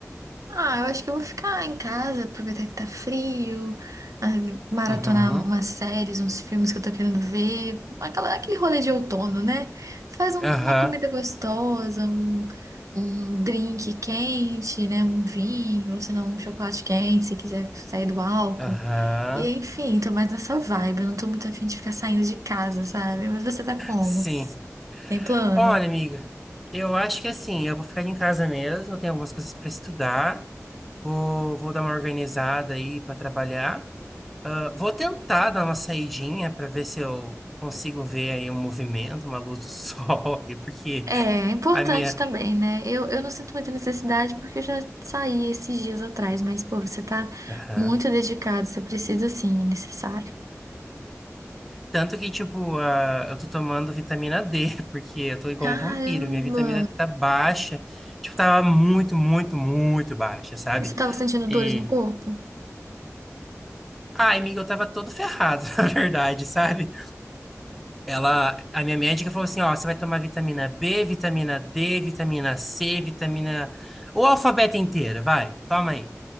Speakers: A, on the right (about 80°); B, in the centre.
A: Ah, eu acho que eu vou ficar em casa, aproveitar que tá frio, ah, maratonar
B: Uhum.
A: umas séries, uns filmes que eu tô querendo ver, aquela, aquele rolê de outono, né? Faz um-
B: Aham,
A: uma comida gostosa, um, um drink quente, né? Um vinho, ou se não, um chocolate quente, se quiser sair do álcool.
B: aham.
A: E enfim, tô mais nessa vibe, eu não tô muito afim de ficar saindo de casa, sabe? Mas você tá como?
B: Sim.
A: Tem plano?
B: Olha, amiga, eu acho que assim, eu vou ficar em casa mesmo, eu tenho algumas coisas para estudar, vou, vou dar uma organizada aí para trabalhar. Ah, vou tentar dar uma saidinha para ver se eu consigo ver aí um movimento, uma luz do <laughs> sol, e porque
A: É, é importante
B: a minha.
A: também, né? Eu, eu não sinto muita necessidade porque eu já saí esses dias atrás, mas, pô, você tá
B: Aham.
A: muito dedicado, você precisa sim, é necessário.
B: Tanto que, tipo, ah, eu tô tomando vitamina D, <laughs> porque eu tô igual
A: Caramba!
B: um vampiro, minha vitamina D tá baixa, tipo, tava muito, muito, muito baixa, sabe?
A: E Você tava sentindo
B: E.
A: dores no corpo?
B: Ai, amiga, eu tava todo ferrado, <laughs> na verdade, sabe? Ela, a minha médica falou assim, ó, você vai tomar vitamina B, vitamina D, vitamina C, vitamina... O alfabeto inteiro, vai, toma aí.